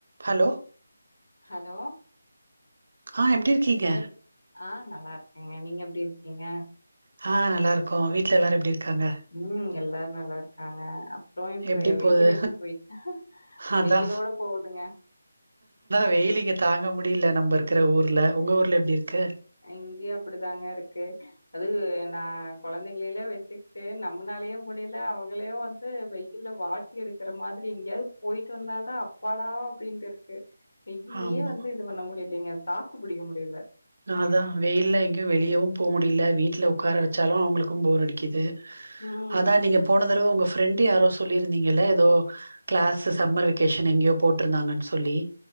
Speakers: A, on the right; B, on the left.
A: Hello
B: hello
A: ஆ எப்டி இருக்கீங்க
B: எப் ஆ நல்லா இருக்கேங்க நீங்க எப்டி இருக்கீங்க
A: ஹா நல்லாருக்கோ வீட்ல எல்லாரு எப்டி இருக்காங்க
B: உம் எல்லாரு நல்லாருக்காங்க ப்றோ இப்
A: எப்டி
B: வெயில்ல
A: போது
B: எப்டி போயிட்
A: அதா
B: வெயிலோட போகுதுங்க
A: வெயில் இங்க தாங்க முடியல நம்ம இருக்குற ஊர்ல உங்க ஊர்ல எப்டி இருக்கு
B: இங்கயே அப்டிதாங்கருக்கு அது நா கொழந்தைங்களிலே வச்சுட்டு நம்னாலே முடியல அவங்களையு வந் இப்ப வெயில்ல வாட்டி எடுக்குற மாத்ரி எங்கயாவ்து போயிட்டு வந்தாதா அப்பாடா அபடின்ட்டு இருக்கு வெயில்லயே
A: ஆமா
B: வந்து இது பண்ண முடியலீங்க தாக்கு புடிக்க முடியல
A: நா தா வெயில்ல எங்கேயு வெளியவு போ முடியல வீட்ல உக்கார வெச்சாலு அவுங்களுக்கு போர் அடிக்குது
B: ம்
A: அதா நீங்க போன தடவ உங்க ஃப்ரெண்டு யாரோ சொல்லியிருந்தீங்கல்ல எதோ க்ளாஸ்ஸீ சம்மர் வெகேஷன் எங்கேயோ போட்ருந்தாங்கன்னு சொல்லி